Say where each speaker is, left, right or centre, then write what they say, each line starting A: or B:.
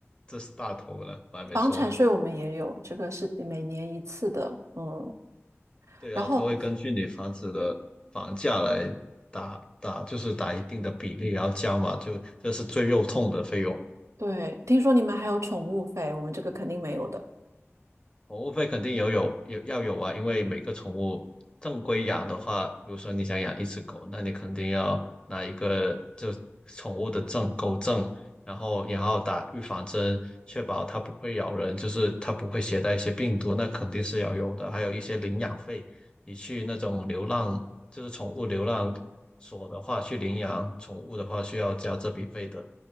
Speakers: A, on the left (about 20°); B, on the right (about 80°).
A: 这是大头了，我还没说呢。
B: 房产税我们也有，这个是每年一次的，嗯。
A: 对啊，
B: 然后，
A: 它会根据你房子的房价来打打，就是打一定的比例，然后加嘛，就这是最肉痛的费用。
B: 对，听说你们还有宠物费，我们这个肯定没有的。
A: 宠物费肯定有有有要有啊，因为每个宠物正规养的话，比如说你想养一只狗，那你肯定要拿一个就宠物的证，狗证，然后也要打预防针，确保它不会咬人，就是它不会携带一些病毒，那肯定是要有的。还有一些领养费，你去那种流浪，就是宠物流浪所的话，去领养宠物的话，需要交这笔费的。